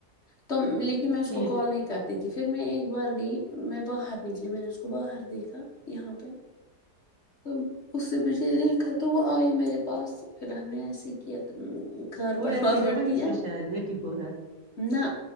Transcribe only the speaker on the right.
ٹھیک
وہ
رہتی
نا
وہیں
سے شاید نٹی پ رہا